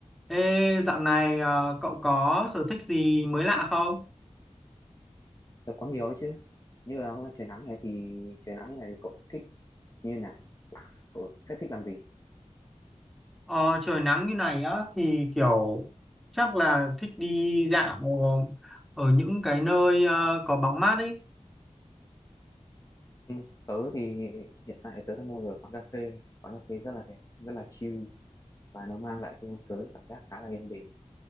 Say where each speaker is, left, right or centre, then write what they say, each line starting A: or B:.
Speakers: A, in the centre; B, on the left.
A: Ê, dạo này ờ, cậu có sở thích gì mới lạ không?
B: Là có nhiều ấy chứ. Như là hôm nay trời nắng này thì trời nắng như này thì cậu thích như nào? Cậu, cậu sẽ thích làm gì?
A: Ờ, trời nắng như này á thì kiểu chắc là thích đi dạo ở những cái nơi ờ, có bóng mát ấy.
B: Ừ, tớ thì hiện tại tớ đang ngồi ở quán cà phê quán cà phê rất là đẹp rất là chill và nó mang lại cho tớ cảm giác khá là yên bình